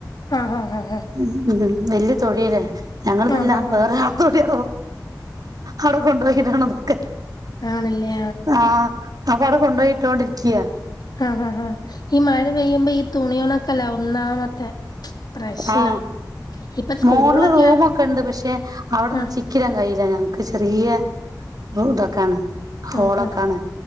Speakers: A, on the left (about 65°); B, on the right (about 60°).
A: ആഹ് ആഹ്
B: ഉം ഉ എല്ല് തൊഴിലെ ഞങ്ങളിത്
A: ആഹ്
B: ല്ല വേറെരാളെ
A: ആഹ്
B: തൊടിയ അവ്ടെകൊണ്ടോയിടണെന്നൊക്കെ
A: ആണല്ലേ
B: ആ അ പ്പോ അവ്ടെ കൊണ്ടോയിട്ടോണ്ടിരിക്ക്യാ
A: ങാ ങ്ഹാ ഹാഈ മഴ പെയ്യുമ്പോ ഈ തുണിയൊണൊക്കലാവും ഒന്നാമത്തെ പ്രശ്നം
B: ആഹ
A: ഇപ്പൊ സ്കൂളൊക്കെ
B: മോഡില് റൂമൊക്കെഉണ്ട് പക്ഷെ അവിടെന്ന്
A: ആഹ്
B: ചിക്കിടാൻ കഴി ഞങ്ങക്ക് ചെറിയ ഇതാക്കാണ് ഹോളൊക്കാണ്
A: ആഹ്